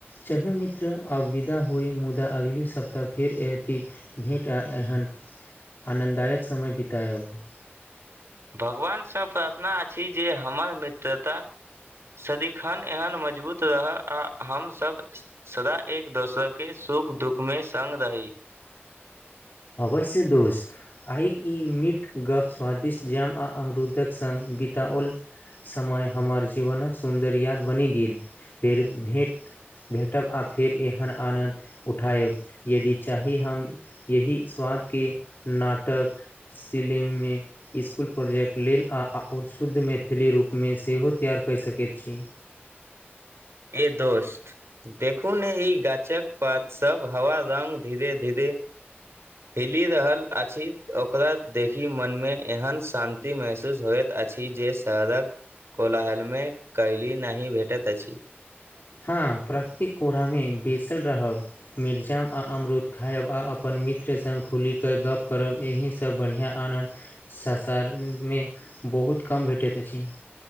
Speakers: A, on the left; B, on the right.
A: चलू मित्र अब विदा होइ मुदा अगली सप्ताह फेर एती भेँट आ एहन आनन्ददायक समय बितायब।
B: भगवान स प्रार्थना अछी जे हमर मित्रता सदिखन एहन मजबूत रह आ हमसब सदा एक दोसर के सुख-दुःख मे संग रही।
A: अवश्य दोस्त। आइक ई मिठ गप्प स्वादिष्ट जाम आ अमरूदक संग बिताओल समय हमर जीवनक सुन्दर याद बनि गेल, फेर भेँट भेंटब आ फेर एहन आनन्द उठायब यदि चाही हम यही स्वादके नाटक सिलिममे इस्कुल प्रोजेक्ट लेल आओर शुद्ध मैथिली रूपमे सेहो तैआर कय सकैत छी।
B: ए दोस्त देखू ने ई गाछक पात सब हवा रंग धीरे- धीरे हिलि रहल अछि ओकरा देखि मनमे एहन शान्ति महसूस होयत अछि जे शहरक कोलाहल मे कयली नहि भेटैत अछि।
A: हँ प्रकृतिक कोरामे बेसल रहब मिठ जाम आ अमरुद खायब आ अपन मित्र सङ्ग खुलि कऽ गप्प करब एहिसँ बढ़ियां आनन्द संसारमे बहुत कम भेटैत अछि।